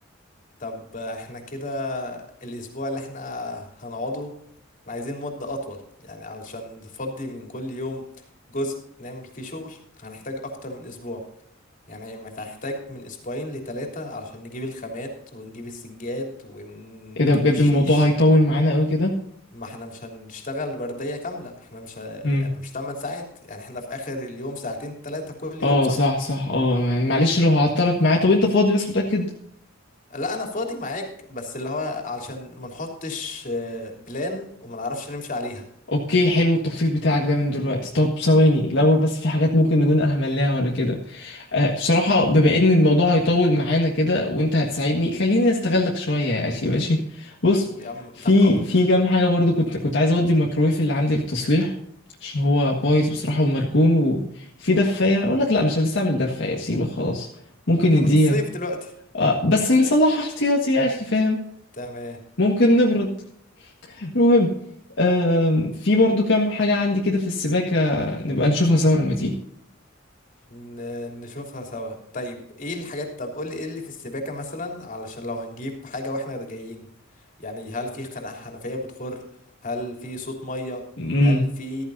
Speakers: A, on the left (about 40°); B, on the left (about 65°).
A: طب احنا كده الأسبوع اللي احنا هنقعده احنا عايزين مدة أطول يعني علشان نفضي من كل يوم جزء نعمل فيه شغل هنحتاج أكتر من أسبوع يعني ما هنحتاج من أسبوعين لتلاتة علشان نجيب الخامات ونجيب السجاد ونجيب
B: ايه ده بجد
A: الشيش
B: الموضوع هيطول معانا قوي كده
A: ما احنا مش هنشتغل وردية كاملة احنا مش ه... يعني
B: امم
A: مش 8 ساعات يعني احنا في اخر اليوم ساعتين ثلاثة كل
B: اه
A: يوم صح
B: صح صح اه يعني معلش لو هعطلك معايا طب انت فاضي بس متاكد
A: لا انا فاضي معاك بس اللي هو علشان ما نحطش آه، بلان وما نعرفش نمشي عليها
B: اوكي حلو التخطيط بتاعك ده من دلوقتي طب ثواني الاول بس في حاجات ممكن نكون اهملناها ولا كده آه، بصراحة بما إن الموضوع هيطول معانا كده وأنت هتساعدني خليني أستغلك شوية يا أخي ماشي بص
A: يا عم
B: في
A: تحت امرك
B: في كام حاجة برضو كنت كنت عايز أودي الميكرويف اللي عندي للتصليح عشان هو بايظ بصراحة ومركون وفي دفاية أقول لك لأ مش هنستعمل دفاية سيبها خلاص ممكن
A: يعني احنا
B: نديها
A: في الصيف دلوقتي
B: آه بس نصلحها احتياطي يا أخي فاهم
A: تمام
B: ممكن نبرد المهم آه في برضو كام حاجة عندي كده في السباكة نبقى نشوفها سوا لما
A: ن- نشوفها سوا طيب ايه الحاجات طب قول لي ايه اللي في السباكة مثلا علشان لو هنجيب حاجة واحنا جايين يعني هل في خنا- حنفية بتخر هل في صوت مية
B: تيجي
A: هل في